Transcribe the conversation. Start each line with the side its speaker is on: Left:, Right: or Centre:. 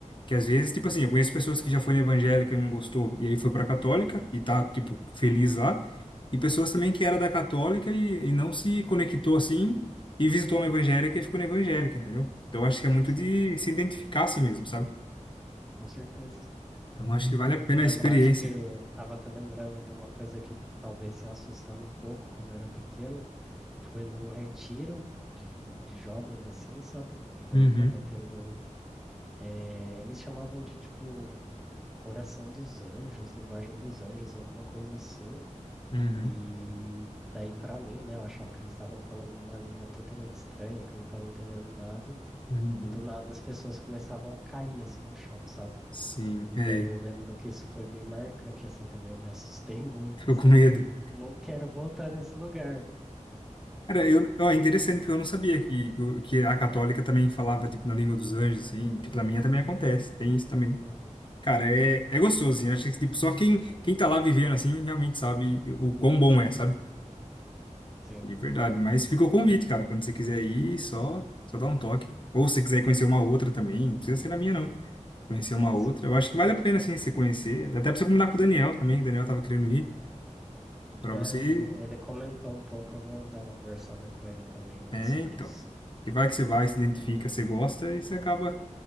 Left: Que às vezes, tipo assim, eu conheço pessoas que já foi na evangélica e não gostou, e aí foi pra católica e tá, tipo, feliz lá. E pessoas também que era da católica e, e não se conectou assim e visitou uma evangélica e ficou na evangélica, entendeu? Então eu acho que é muito
Centre: sim,
Left: de se identificar assim mesmo, sabe?
Centre: com certeza.
Left: Então eu acho que vale a pena
Centre: Eu lembro,
Left: a experiência.
Centre: acho que estava até lembrando de uma coisa que talvez tenha assustado um pouco quando eu era pequeno. Foi num retiro de, de jovens assim, sabe? E daí
Left: Uhum,
Centre: tava tendo. eh, eles chamavam de tipo Oração dos Anjos, Linguagem dos Anjos, alguma coisa assim.
Left: uhum,
Centre: E daí, pra mim, né, eu achava que eles estavam falando numa língua totalmente estranha, que eu não tava entendendo nada.
Left: uhum.
Centre: E do nada as pessoas começavam a cair assim no chão, sabe?
Left: Sim,
Centre: E
Left: é,
Centre: daí eu lembro que isso foi bem marcante, assim, também. Eu me assustei <laughs> muito,
Left: ficou
Centre: sabe?
Left: com medo.
Centre: Falei, eu não quero voltar nesse lugar.
Left: Cara, eu, ó, é interessante, porque eu não sabia que, que a católica também falava, tipo, na língua dos anjos, assim. Tipo, na minha também acontece, tem isso também.
Centre: Uhum.
Left: Cara, é, é gostoso, assim. Acho que, tipo, só quem, quem tá lá vivendo, assim, realmente sabe o quão bom é, sabe?
Centre: Sim,
Left: De verdade. Mas fica o convite, cara. Quando você quiser ir, só, só dá um toque. Ou se você quiser conhecer uma outra também, não precisa ser na minha, não. Conhecer
Centre: sim,
Left: uma
Centre: sim.
Left: outra. Eu acho que vale a pena, assim, você conhecer. Até pra você combinar com o Daniel também. O Daniel tava querendo ir. Pra
Centre: É,
Left: você...
Centre: ele, ele comentou um pouco, eu vou dar uma conversada com ele também lá
Left: É,
Centre: sobre
Left: então.
Centre: isso.
Left: Que vai que você vai, se identifica, você gosta, e você acaba